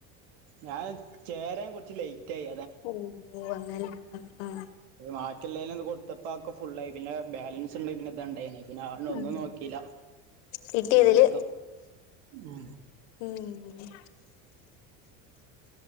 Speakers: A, on the right; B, on the left.
A: ഞാൻ ചേരാൻ കുറച്ച് ലേറ്റ്യയി.
B: ഓഹ് ഓഹ് അങ്ങനെ ആഹ് ആഹ്
A: ത് ബാക്കിയുള്ളാലും കൊടുത്തപ്പ ഒക്കെ ഫു ആയി പിന്നെ ബാലൻസ് ഉണ്ട് പിന്നെ ഇതാണ്ടായിനി പിന്നെ അണ്ട് ഒന്നും
B: ഉം
A: നോക്കിയില്ല.
B: കിട്ടിയതില്
A: അഹ്എടുത്തു ഉും
B: ഉമ്